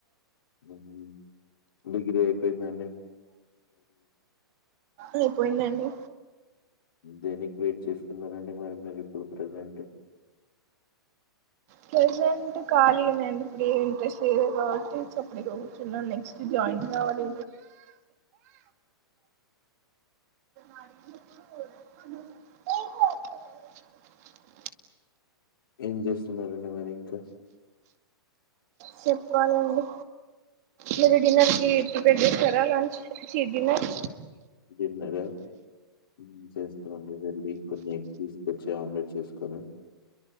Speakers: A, on the left; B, on the right.
A: ఊ హ్ డిగ్రీ అయిపోందా
B: అయిపోయిందండి
A: దేనికి వెయిట్ చేస్తున్నారండి మరి మీరు ఇప్పుడు ప్రజెంట్
B: ప్రెసెంట్ కాలీనే అండి ఇప్పుడు ఏది ఇంట్రెస్ట్ లేదు కాబట్టి చప్పుడేక కూర్చున్న నెక్స్ జ మంచి కావాలి ఏ
A: ఏం చేస్తున్నారండి మరి ఇంకా
B: చెప్పుకోవాలండి మీరు డినర్ కి ప్రిపేర్ చేసుస్తారా లంచ చి డిన్నర్
A: డిన్నర హ్మ్ చేస్తా అండి వెళ్ళి కొన్ని ఎగ్స్ టెస్కొచ ఆమ్ చేసుకొని